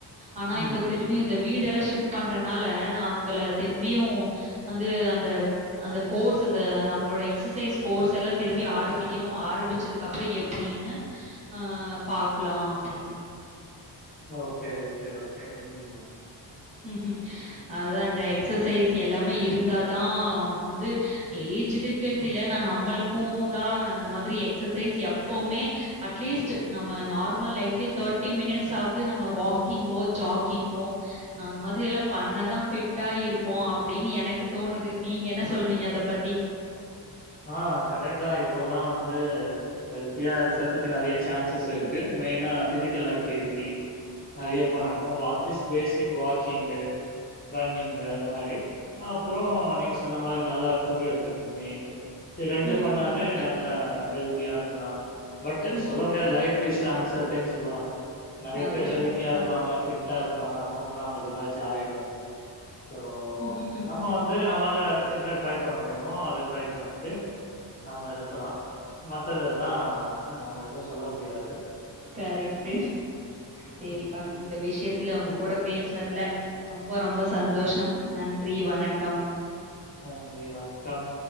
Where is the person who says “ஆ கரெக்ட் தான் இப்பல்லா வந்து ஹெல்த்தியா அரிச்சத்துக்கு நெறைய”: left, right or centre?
Left